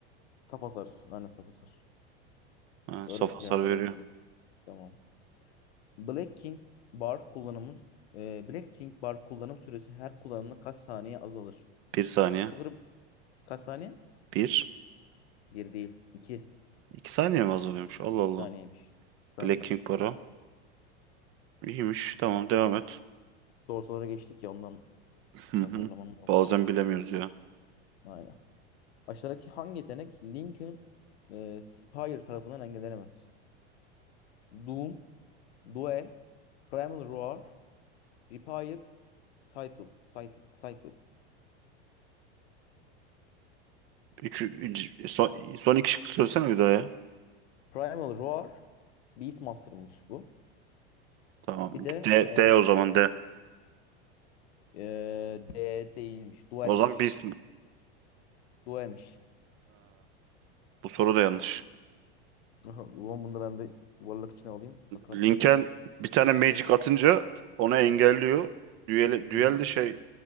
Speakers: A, on the left (about 75°); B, on the right (about 40°).
A: Saf hasar. Aynen saf hasar.
B: Ha,
A: Öyle
B: saf hasar
A: cevapları
B: veriyor.
A: öyle diyor. Tamam. Black King Bar kullanımın e, Black King Bar kullanım süresi her kullanımda kaç saniye azalır?
B: Bir saniye.
A: Sıfır kaç saniye?
B: Bir.
A: Bir değil. İki.
B: İki saniye mi azalıyormuş? Allah
A: İki
B: Allah.
A: saniyeymiş. İki saniyeymiş.
B: Black King para. İyiymiş. Tamam devam et.
A: Doğru sorulara geçtik ya ondan
B: Hı
A: Biraz
B: hı.
A: zorlaman normal.
B: Bazen bilemiyoruz ya.
A: Aynen. Aşağıdaki hangi yetenek Lincoln e, Spire tarafından engellenemez? Doom, Duel, Primal Roar, Repair, Cycle. Cycle. Cycle.
B: Üç, üç- son, son iki şıkkı söylesene bir daha ya.
A: Primal Roar, Beastmaster'mış bu.
B: Tamam.
A: Bir de
B: D,
A: e,
B: D o zaman D.
A: e, D değilmiş, Duel'miş.
B: O zaman biz...
A: Duel'miş.
B: Bu soru da yanlış.
A: Aha, o zaman bunu da ben bir yuvarlak içine alayım. Bakarım
B: Lincoln
A: tekrar.
B: bir tane magic atınca onu engelliyor. Düel, düel
A: Hı hı.
B: de şey